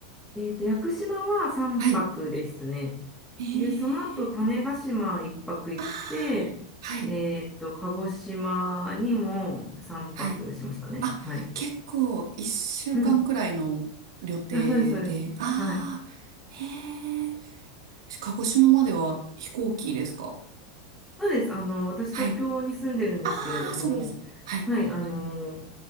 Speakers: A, in the centre; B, on the right.
A: えーと、屋久島は3泊ですね。
B: はい。ええ
A: で、その後、種子島1泊行って、
B: あ、はい。
A: えーと、鹿児島にも3泊しましたね。
B: はい。あ、
A: はい。
B: 結構一週間くらいの旅程
A: うん。あ、そうです、そうです。
B: で。ああ、
A: はい。
B: へえ。鹿児島までは飛行機ですか
A: そうです。あの、私、
B: はい。
A: 東京に住んでるんですけれども、
B: ああ、そうなんですね。はい。
A: はい、あの、